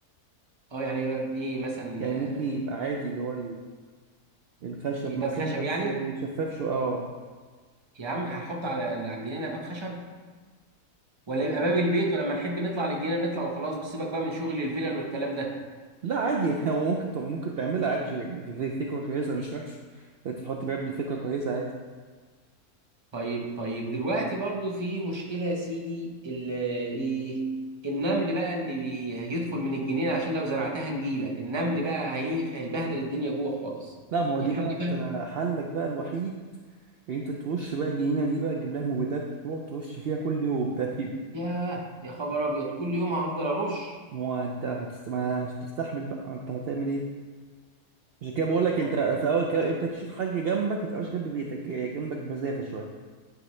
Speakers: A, on the right (about 25°); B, on the right (about 65°).
A: اه يعني ايه باب ايه مثلا
B: يعني
A: آه،
B: ممكن يبقى عادي اللي هو الخشب
A: ايه
B: مثلا
A: باب خشب
B: بس
A: يعني
B: شفاف شو اه
A: يا عم هحط على على الجنينه باب خشب ولا يبقى
B: اه
A: باب البيت ولما نحب نطلع للجنينه نطلع وخلاص بس سيبك بقى من شغل الفلل والكلام ده
B: لا عادي <laughs> هو ممكن تع- ممكن تعملها عادي شو- يعني في- في فكرة كويسة مش وحش إنت تحط باب دي فكرة كويسة عادي
A: طيب طيب دلوقتي برضو في مشكله يا سيدي ال- ايه النمل بقى اللي بي- هيدخل من الجنينه عشان لو زرعتها نجيله النمل بقى هي... هيبهدل الدنيا جوه خالص
B: لا ما هو دي
A: الحل
B: بقى انت
A: فيها
B: حلك بقى الوحيد ان انت تخش بقى الجنينة دي بقى تجيب لها مبيدات وتروح تخش فيها كل يوم تقريبا
A: ياه يا خبر ابيض كل يوم هفضل ارش
B: ما هو انت هتست... ما هتستحمل بقى انت هتعمل ايه عشان كده بقول لك انت
A: طيب.
B: في اول كده قلت لك شوف حاجة جنبك ما تبقاش جنب بيتك جنبك بمسافة شوية